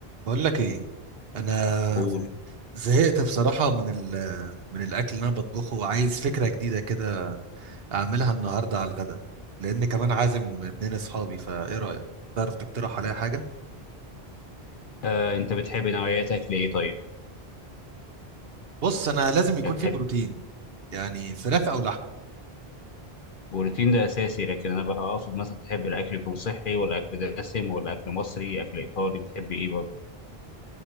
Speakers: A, on the right; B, on the left.
A: بقول لك ايه انا
B: قول
A: زهقت بصراحه من ال من الاكل اللي انا بطبخه وعايز فكره جديده كده اعملها النهارده على الغدا لان كمان عازم اتنين اصحابي فايه رايك تعرف تقترح عليا حاجه
B: آه، انت بتحب نوعيات اكل ايه طيب
A: بص انا لازم يكون
B: يعني
A: في
B: بتحب
A: بروتين يعني فراخ او لحم
B: بروتين ده اساسي لكن انا بقى اقصد مثلا تحب الاكل يكون صحي ولا اكل دسم ولا اكل مصري اكل ايطالي بتحب ايه برضه